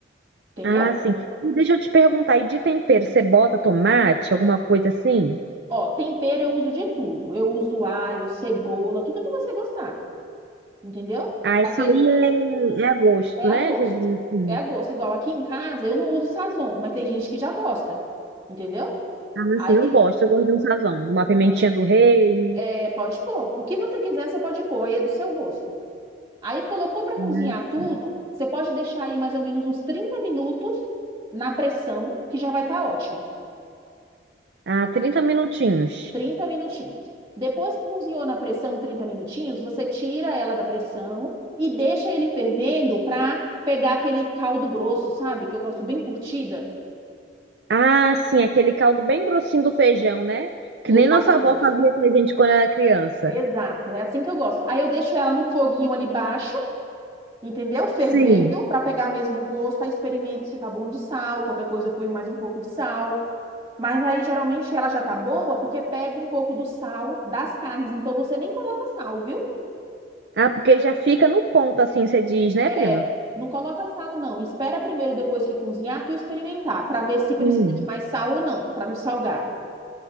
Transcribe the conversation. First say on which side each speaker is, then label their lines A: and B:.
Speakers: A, on the right; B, on the right.
A: entendeu?
B: Ah, sim. Deixa eu te perguntar, e de tempero, você bota tomate, alguma coisa assim?
A: Ó, tempero eu uso de tudo. Eu uso alho, cebola, tudo que você gostar, entendeu?
B: Ah,
A: Daquele
B: isso aí é, é a gosto,
A: é a
B: né?
A: gosto.
B: Você diz assim.
A: É a gosto. Igual aqui em casa eu não uso sazon, mas tem gente que já gosta, entendeu?
B: Ah, mas
A: Aí
B: assim, eu gosto, eu gosto de um sazão, de uma
A: então
B: pimentinha do reino.
A: É, pode pôr. O que você quiser, você pode pôr, aí é do seu gosto. Aí colocou para cozinhar
B: né, assim.
A: tudo, você pode deixar aí mais ou menos uns 30 minutos na pressão, que já vai estar ótimo.
B: Ah, trinta minutinhos.
A: trinta minutinhos. Depois que cozinhou na pressão 30 minutinhos, você tira ela da pressão e deixa ele fervendo para pegar aquele caldo grosso, sabe? Que eu gosto bem curtida.
B: Ah, sim, aquele caldo bem grossinho do feijão, né? Que nem
A: Exatamente.
B: nossa avó fazia pra gente quando era criança.
A: Exato, é assim que eu gosto. Aí eu deixo ela no foguinho ali baixo entendeu? Fervendo
B: Sim.
A: para pegar mesmo o gosto, aí experimento se tá bom de sal, qualquer coisa eu ponho mais um pouco de sal. Mas aí geralmente ela já tá boa porque pega um pouco do sal das carnes, então você nem coloca sal, viu?
B: Ah, porque já fica no ponto, assim, você diz, né,
A: É,
B: prima?
A: não coloca sal não. Espera primeiro depois que cozinhar tu experimentar para ver se precisa
B: Sim.
A: de mais sal ou não, para não salgar.